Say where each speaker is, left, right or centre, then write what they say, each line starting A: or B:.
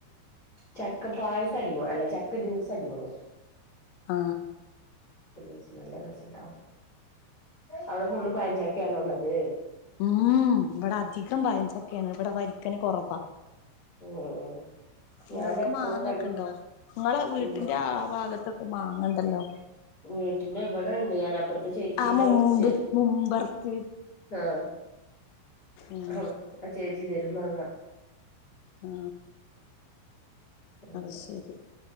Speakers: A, on the left (about 40°); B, on the left (about 80°).
A: ചക്ക പായസടിപൊ അല്ല ചക്ക ജ്യുസടിപൊളിയാ
B: ആ
A: ജ്യൂസ് നല്ല രസം ഇണ്ടാവും അവിടെ ഫുള്ള് പയഞ്ചക്കെയാണ് ഒള്ളത്
B: ഉം ഇവിടെ അധികം പയൻച്ചക്കെയാണ് ഇവിടെ വരിക്കന് കൊറവാ
A: ഉം
B: നിങ്ങൾക്ക്
A: ഞാൻ എപ്പളും
B: മാങ്ങ
A: കടി
B: എക്കെ എണ്ടോ
A: ഉണ്ടാക്കും
B: നിങ്ങളെ വീട്ടിന്റെ
A: ഇല്ല
B: ആ ഭാഗത്തൊക്കെ മാങ്ങണ്ട് ഹലോ
A: വീട്ടിന്റെ ഇവിടെ എണ്ട് ഞാൻ അപ്പുറത്തെ ചേച്ചീന്റോട്
B: ആ മുമ്പ്
A: തരും
B: മുമ്പർത്ത്
A: ആ
B: ഉം
A: ആ <unintelligible> അചേച്ചി വെരുമാങ്ങ
B: ആ
A: അങ്ങനെ
B: അത് ശരി